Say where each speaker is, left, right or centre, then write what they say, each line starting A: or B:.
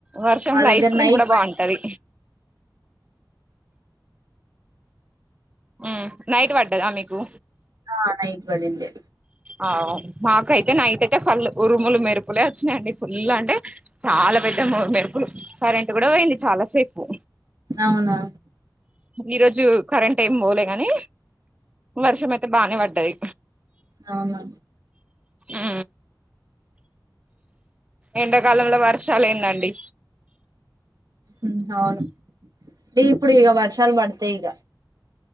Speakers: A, on the right (about 15°); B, on the right (about 55°).
A: వర్షంలో
B: మా దగ్గర
A: ఐస్ క్రీమ్
B: నైట్
A: కూడా
B: పడింది
A: బావుంటది ఊ నైట్ పడ్డదా మీకు
B: ఆ నైట్ పడిండే
A: ఆవ్ మాకైతే నైట్ అయితే ఫళ్ళు ఉరుములు మెరుపులే వచ్చినాయి ఫుల్ అంటే చాలా పెద్ద మొ మెరుపులు కరెంట్ కూడా పోయింది చాలా సేపు
B: అవునా
A: ఈరోజు కరెంట్ ఏం పోలే కాని వర్షం అయితే బానే పడ్డది
B: అవునా
A: ఆ ఎండకాలంల వర్షాలేందండి
B: ఉమ్ అవును ఈ ఇప్పుడిగ వర్షాలు పడ్తాయి ఇగ